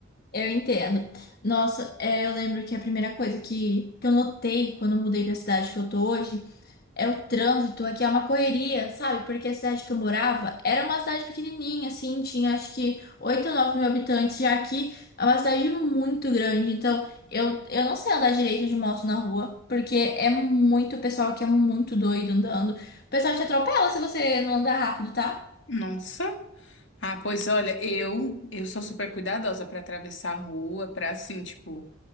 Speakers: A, on the left; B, on the left.
A: Eu entendo. Nossa, é, eu lembro que a primeira coisa que, que eu notei quando eu mudei pra cidade que eu tô hoje. É o trânsito aqui, é uma correria, sabe? Porque a cidade que eu morava era uma cidade pequenininha, assim, tinha acho que 8 ou 9 mil habitantes, já aqui é uma cidade muito grande, então eu, eu não sei andar direito de moto na rua, porque é muito pessoal que é muito doido andando. O pessoal te atropela se você não andar rápido, tá?
B: Nossa. Ah, pois olha, eu eu sou super cuidadosa pra atravessar a rua, pra assim, tipo,